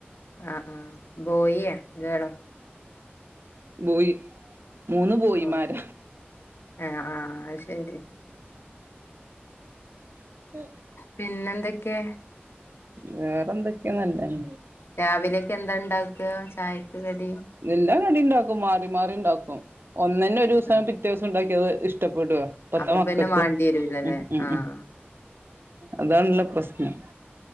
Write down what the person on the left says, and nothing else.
ആഹ ആഹ ബോയി ആ ഗേളോ
ഓ
ആഹ് ആഹ് അത് ശരി
പിന്നെന്തൊക്കെ?
രാവിലെക്കെന്താ ഇണ്ടാക്ക ചായക്ക് കടി.
ആഹ്
അപ്പം
പിന്നെ വാണ്ടിരൂലല്ലേ
ആഹ്